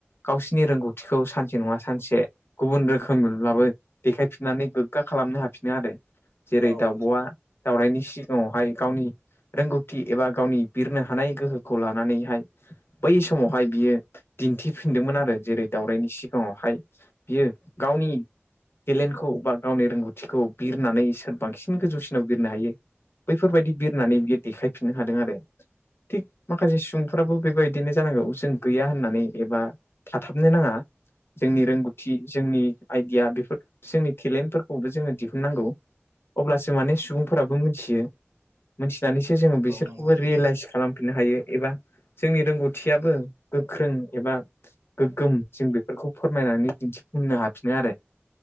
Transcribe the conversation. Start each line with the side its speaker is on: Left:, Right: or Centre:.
Left: गावसिनि रोंगौथिखौ सानसे नङा सानसे गुबुन रोखोमै ब्लाबो देखायफिननानै गोग्गा खालामनो हाफिनो आरो जेरै
Right: औ
Left: दाउब'आ
Right: औ
Left: दावरायनि सिगाङावहाय गावनि रोंगौथि एबा गावनि बिरनो हानाय गोहोखौ लानानैहाय बै समावहाय बियो दिन्थिफिनदोंमोन आरो जेरै दावरायनि सिगाङावहाय। बियो गावनि टेलेन्टखौ बा गावनि रोंगौथिखौ बिरनानै सोर बांसिन गोजौसिनाव बिरनो हायो बैफोरबायदि बिरनानै बियो देखायफिननो हादों आरो थिग माखासे सुबुं फ्राबो बेबायदिनो जानांगौ जों गैया होननानै एबा थाथाबनो नाङा। जोंनि रोंगौथि जोंनि आइडिया बेफोर जोंनि टेलेन्टफोरखौबो जोङो दिहुननांगौ। अब्लासो माने सुबुंफोराबो मिथियो। मोनथिनानैसो जोङो बिसोरखौबो
Right: नंगौ सैथो
Left: रियेलाइस खालामफिननो हायो एबा जोंनि रोंगौथियाबो गोख्रों एबा गोगोम जों बेफोरखौ फोरमायनानै दिन्थिफुंनो हाफिनो आरो।